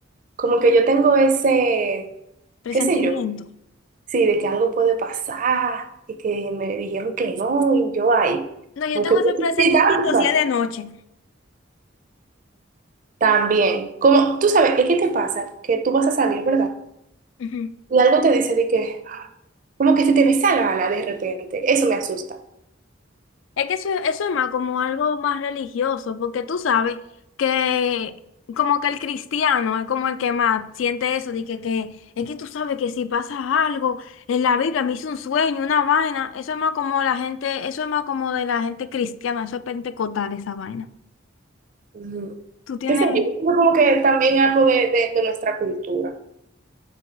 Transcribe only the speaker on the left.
Presentimiento.
No,
yo tengo
ese presentimiento
si es de noche.
Ujú.
Es que eso, eso es más como algo más religioso, porque tú sabes que como que el cristiano es como el que más siente eso, de que, que es que tú sabes que si pasa algo en la Biblia, me hizo un sueño, una vaina, eso es más como la gente, eso es más como de la gente cristiana, eso es pentecostal esa vaina.
¿Tú tienes?